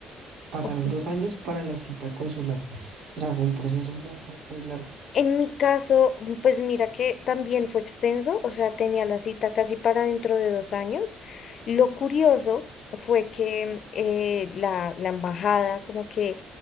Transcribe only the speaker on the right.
pasaron
dos años para la cita consular. O sea, fue un proceso muy, muy, muy largo.